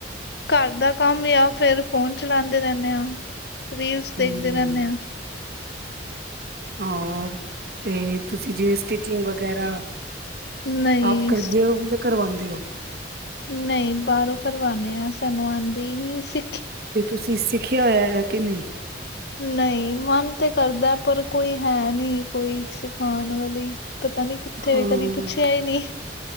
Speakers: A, on the left; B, on the right.
A: ਘਰ ਦਾ ਕੰਮ ਯਾ ਫੇਰ ਫੋਨ ਚਲਾਂਦੇ ਰੈਨੇ ਆ। ਰੀਲਸ ਦੇਖਦੇ
B: ਹੂੰ।
A: ਰਹਿੰਦੇ ਆ
B: ਹੋਰ, ਤੇ ਤੁਸੀਂ ਜਿਵੇਂ ਸਟਿਚਿੰਗ ਵਗੈਰਾ
A: ਨਹੀਂ
B: ਆਪ ਕਰਦੇ ਓ, ਓਵੀ ਤਾ ਕਰਵਾਂਦੇ ਓ?
A: ਨਈ ਬਾਰੋਂ ਕਰਵਾਨੇ ਆ ਸਾਨੂੰ ਆਂਦੀ ਨੀ‌ ਸੀ।
B: ਫੇਰ ਤੁਸੀਂ ਸਿਖਿਆ ਹੋਇਆ ਐ ਕਿ ਨਈ।
A: ਨਈ, ਮਨ ਤੇ ਕਰਦਾ ਪਰ ਕੋਈ ਹੈ ਨਈ ਕੋਈ ਸਿਖਾਣ ਵਾਲੀ। ਪਤਾ ਨੀ ਕਿੱਥੇ
B: ਹਾਂ।
A: ਕਦੀ ਪੁੱਛਿਆ ਹੀ ਨਹੀਂ